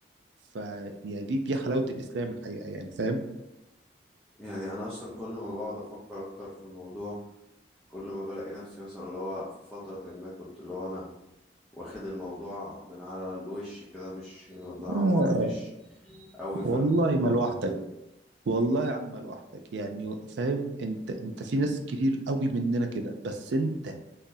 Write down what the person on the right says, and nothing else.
فدي دي دي حلاوة الإسلام الحقيقة يعني فاهم
آه
والله
ما لوحدك والله يا عم لوحدك يعني فاهم انت انت في ناس كتير قوي مننا كده بس انت